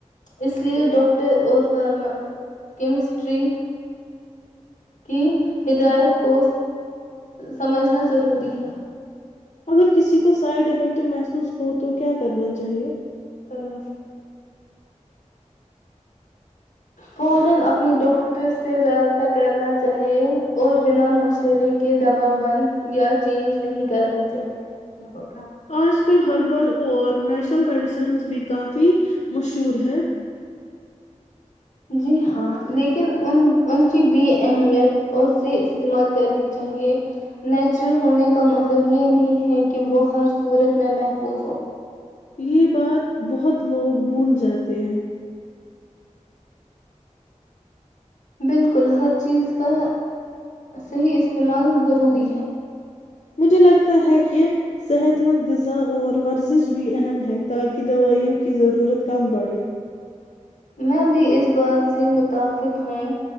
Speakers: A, on the left; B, on the left.
A: اس لیئے ڈاکٹر اور فرما کیمسٹری کی ہدایت کو سمجھنا ضروری ہے
B: اگر کسی کو سائڈ افیکٹ محسوس ہو تو کیا کرنا چاہیے
A: کرمسی کونول اپنی ڈاکٹر سے رابطہ کرنا چاہیے اور بنا مشورے کے دوا بند یا چینج نہیں کرنا چاہیے
B: آج کل ہربل اور نیچرل میڈیسنز بھی کافی مشہور ہے
A: جی ہاں لیکن ان کی بھی اہمیت اور سے استعمال کرنی چاہیئے نیچرل ہونے کا مطلب یہ نہیں ہے کہ وہ ہر صورت میں محفوظ ہو
B: یہ بات بہت لوگ بھول جاتے ہیں
A: بالکل ہر چیز کا صحیح استعمال ضروری ہے
B: مجھے لگتا ہے کہ صحت مند غذا اور ورزش بھی اہم ہے تاکہ دوائیوں کی ضرورت کم بڑھے
A: میں بھی اس بات سے م متفق ہوں